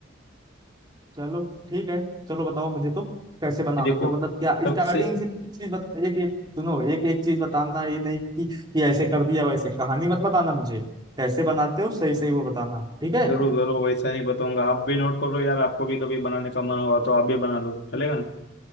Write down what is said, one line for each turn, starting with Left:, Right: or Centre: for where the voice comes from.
Right: चलो ठीक है चलो बताओ मुझे तो कैसे बनाते
Left: ये देखो
Right: हो मतलब क्या
Left: सबसे
Right: स्टार्टिंग से एक चीज बता एक एक सुनो एक एक चीज बताना ये नहीं कि ये ऐसे कर दिया वैसे कहानी मत बताना मुझे कैसे बनाते हो सही सही वो बताना ठीक है
Left: जरूर जरूर वैसा नहीं बताऊंगा आप भी नोट करो यार आपको भी कभी बनाने का मन हुआ तो आप भी बना लो चलेगा ना